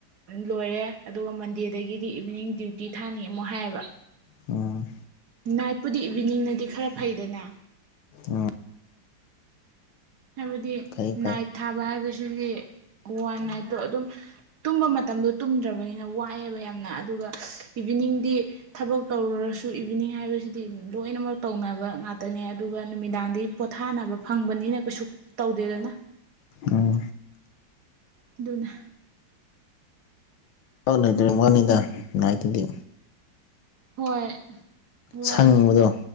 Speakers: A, on the right (about 55°); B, on the left (about 75°).
A: ꯂꯣꯏꯔꯦ ꯑꯗꯨꯒ ꯃꯟꯗꯦꯗꯒꯤꯗꯤ ꯏꯚꯤꯅꯤꯡ ꯗ꯭ꯌꯨꯇꯤ ꯊꯥꯅꯤ ꯑꯃꯨꯛ ꯍꯥꯏꯌꯦꯕ
B: ꯎꯝ
A: ꯅꯥꯏꯠꯄꯨꯗꯤ ꯏꯚꯤꯅꯤꯡꯅꯗꯤ ꯈꯔ ꯐꯩꯗꯅ
B: ꯎꯝ
A: ꯍꯥꯏꯕꯗꯤ
B: ꯐꯩ ꯐꯩ
A: ꯅꯥꯏꯠ ꯊꯥꯕ ꯍꯥꯏꯕꯁꯤꯗꯤ ꯋꯥꯟ ꯅꯥꯏꯠꯇꯣ ꯑꯗꯨꯝ ꯇꯨꯝꯕ ꯃꯇꯝꯗꯣ ꯇꯨꯝꯗ꯭ꯔꯕꯅꯤꯅ ꯋꯥꯏꯌꯦꯕ ꯌꯥꯝꯅ ꯑꯗꯨꯒ ꯏꯚꯤꯅꯤꯡꯗꯤ ꯊꯕꯛ ꯇꯧꯔꯨꯔ ꯁꯨ ꯏꯚꯤꯅꯤꯡ ꯍꯥꯏꯕꯁꯤꯗꯤ ꯂꯣꯏꯅꯃꯛ ꯇꯧꯅꯕ ꯉꯥꯛꯇꯅꯦ ꯑꯗꯨꯒ ꯅꯨꯃꯤꯗꯥꯡꯗꯤ ꯄꯣꯊꯥꯅꯕ ꯐꯪꯕꯅꯤꯅ ꯀꯩꯁꯨ ꯇꯧꯗꯦꯗꯅ
B: ꯑꯣ
A: ꯑꯗꯨꯅꯦ
B: ꯑꯣꯟ ꯂꯩꯇ꯭ꯔꯦ ꯋꯥꯅꯤꯗ ꯅꯥꯥꯏꯠꯇꯨꯗꯤ
A: ꯍꯣꯏ ꯋꯥꯏ
B: ꯁꯪꯕꯗꯣ